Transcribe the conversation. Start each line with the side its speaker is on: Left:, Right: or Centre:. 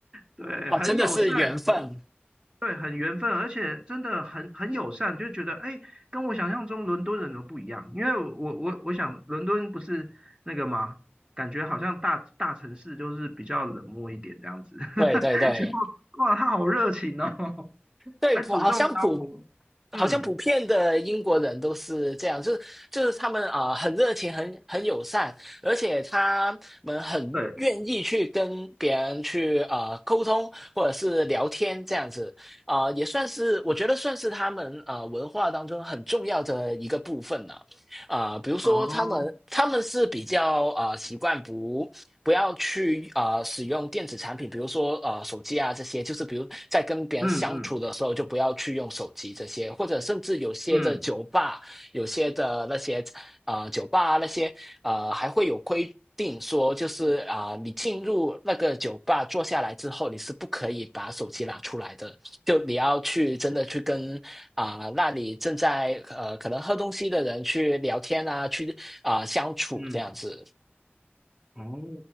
Right: 对，
Centre: 哦，
Right: 很友善，
Centre: 真的是缘分，
Right: 我说对，很缘分，而且真的很很友善，就觉得哎，跟我想象中伦敦人都不一样。因为我我我想伦敦不是那个嘛，感觉好像大大城市就是比较冷漠一点这样子。<laughs>
Centre: 对对对。
Right: 结果哇，他好热情哦，
Centre: 对，
Right: 还主动邀我。
Centre: 普好像普
Right: 嗯，
Centre: 好像普遍的英国人都是这样，就是就是他们啊、呃很热情，很很友善，而且他们很愿意去跟别人去啊沟通或者是聊天这样子啊、
Right: 对，
Centre: 呃也算是我觉得算是他们啊文化当中很重要的一个部分了啊、呃比如说他们他们是比较啊习惯不不要去啊！
Right: 哦，
Centre: 使用电子产品，比如说呃手机啊这些，就是比如在跟别人相处的时候，
Right: 嗯嗯
Centre: 就不要去用手机这些，或者甚至有些的酒吧，
Right: 嗯
Centre: 有些的那些啊酒吧啊那些呃还会有规定说，就是啊、呃你进入那个酒吧坐下来之后，你是不可以把手机拿出来的，就你要去真的去跟啊、呃那里正在呃可能喝东西的人去聊天啊，去啊、呃相处这样子。
Right: 嗯哦，